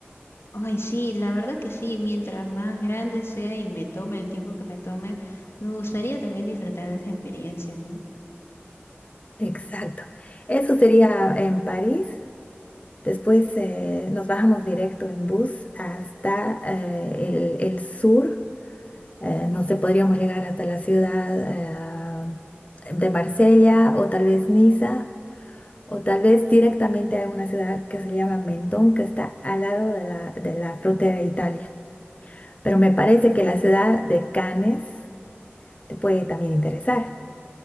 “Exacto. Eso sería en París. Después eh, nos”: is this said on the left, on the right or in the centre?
Left